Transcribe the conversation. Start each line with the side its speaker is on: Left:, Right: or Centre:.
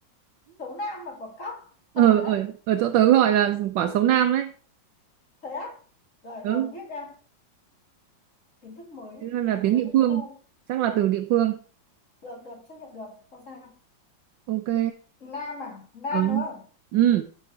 Left: Sấu nam là quả cóc.
Right: ở
Left: Thật hả?
Right: ở ở chỗ tớ gọi là quả xấu nam đấy
Left: Thế á? Rồi
Right: ừ
Left: rồi biết nha. Kiến thức mới
Right: thế nên là
Left: vừa
Right: tiếng
Left: mới
Right: địa
Left: tiếp
Right: phương
Left: thu.
Right: chắc là từ địa phương
Left: Được được chấp nhận được. Không sao.
Right: ok
Left: Nam à? Nam
Right: ừ
Left: đúng không?
Right: ừ